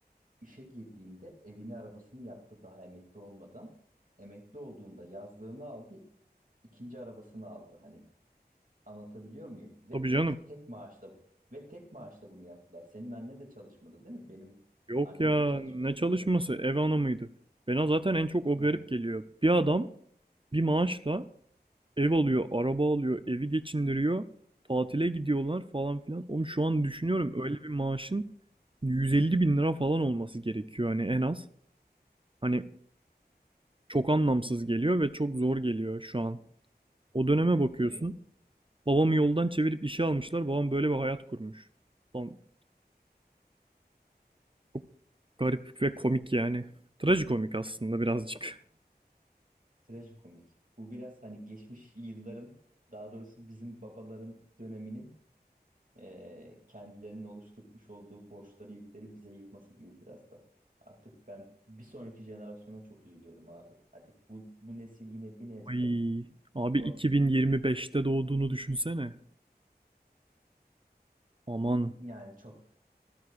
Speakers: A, on the right; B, on the right.
A: işe girdiğinde evini arabasını yaptı daha emekli olmadan. Emekli olduğunda yazlığını aldı ikinci arabasını aldı hani anlatabiliyor muyum? Ve
B: Tabii
A: tek
B: canım.
A: tek maaşla ve tek maaşla bunu yaptılar. Senin anne de çalışmadı değil mi? Benim
B: Yok
A: anne
B: ya
A: de çalışmadı
B: ne çalışması
A: mesela.
B: ev hanımıydı. Bana zaten en çok o
A: He.
B: garip
A: Hı
B: geliyor. Bir adam bir maaşla Ev alıyor, araba alıyor, evi geçindiriyor. Tatile gidiyorlar falan filan. Oğlum şu an düşünüyorum
A: hı.
B: öyle bir maaşın 150 bin lira falan olması gerekiyor hani en az. Hani çok anlamsız geliyor ve çok zor geliyor şu an. O döneme bakıyorsun.
A: Evet.
B: Babamı yoldan çevirip işe almışlar. Babam böyle bir hayat kurmuş. Lan çok garip ve komik yani. Trajikomik aslında birazcık.
A: Trajikomik. Bu biraz hani geçmiş yılların daha doğrusu bizim babaların döneminin eee, kendilerinin oluşturmuş olduğu borçları yükleri bize yıkması gibi biraz da. Artık ben bir sonraki jenerasyona çok üzülüyorum abi. Hadi bu, bu nesil yine bir nebze
B: Ay, abi
A: çok,
B: 2025'te doğduğunu düşünsene. Aman,
A: yani çok